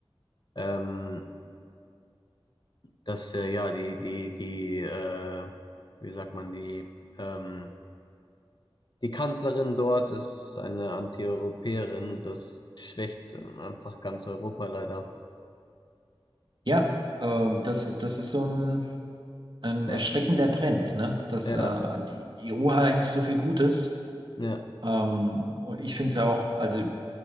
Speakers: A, on the left; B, on the right.
A: ähm, dass äh, ja die die die äh, wie sagt man die ähm, Die Kanzlerin dort ist eine Antieuropäerin und das schwächt ähm, einfach ganz Europa leider.
B: Ja, ähm, das ist, das ist so ein, ein
A: Ja,
B: erschreckender Trend, ne? Dass
A: ja,
B: äh, die, die EU hat eigentlich so viel Gutes.
A: ja,
B: Ähm, und ich finde es ja auch, also